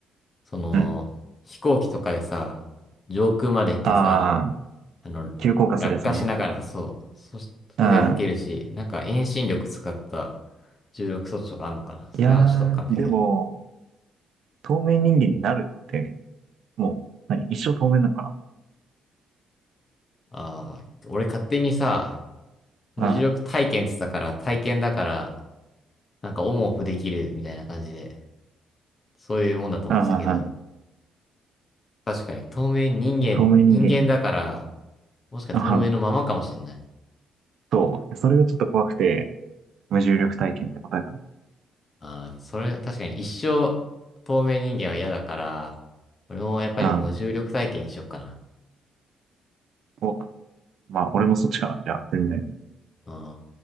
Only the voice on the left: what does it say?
その、
飛行機とかでさ、上空まで行ってさ、
あの、
落下しながら、そう。そし、
それでも受けるし、なんか遠心力使った重力装置とかあんのかなそれはちょっとわかんないけど。
ああ、俺勝手にさ、無重力体験っつったから、
体験だから、なんかオンオフできるみたいな感じで、そういうもんだと思ってたけど、
確かに透明人間、
人間だから、もしか透明のままかもしんない。
ああ、それ、確かに一生透明人間は嫌だから、俺もやっぱり無重力体験にしよっかな。
うん。